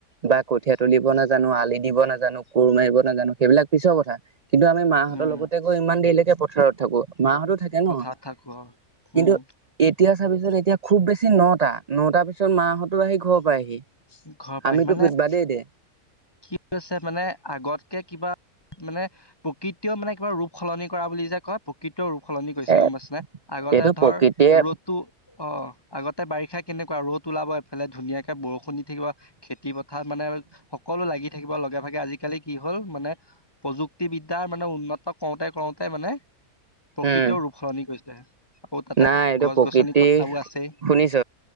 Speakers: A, on the right; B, on the left.
A: বা কঠিয়া তুলিব নাজানোঁ, আলি দিব নাজানোঁ, কোৰ মাৰিব নাজানোঁ। সেইবিলাক পিছৰ কথা। কিন্তু, আমি মাহঁতৰ
B: উম।
A: লগতে গৈ ইমান দেৰিলৈকে পথাৰত থাকোঁ। মাহঁতো থাকে
B: পথাৰত
A: ন'।
B: থাকো অ
A: কিন্তু,
B: উম
A: এতিয়া চাবিছোন? এতিয়া খুউব বেছি নটা, নটাৰ পিছত মাহঁতো আহি, ঘৰ পাইহি।
B: ঘৰৰ পৰা
A: আমিতো
B: আহি মানে
A: <unintelligible> বাদেই দে।
B: কি হৈছে মানে, আগতকে কিবা মানে, প্ৰকৃতিয় মানে, কিবা ৰূপ সলনি কৰা বুলি যে কয়! প্ৰকৃত ৰূপ সলনি কৰিছে,
A: এ
B: গম পাইছনে? আগতে
A: এইটো
B: ধৰ,
A: প্ৰকৃতিয়ে
B: ৰ'দটো অ'! আগতে বাৰিষা কেনেকুৱা! ৰ'দ ওলাব, এইফালে ধুনীয়াকে বৰষুণ থাকিব। খেতি পথাৰ মানে সকলো লাগি থাকিব লগে-ভাগে। আজিকালি, কি হ'ল মানে, প্ৰযুক্তিবিদ্যাৰ মানে, উন্নত কৰোঁতে-কঁৰোতে মানে, প্ৰকৃৃতিও
A: উম
B: ৰূপ সলনি কৰিছে। আকৌ তাতে,
A: নাই এইটো
B: গছ-
A: প্ৰকৃতি
B: গছনি কটাবোৰ আছেই।
A: শুনিছ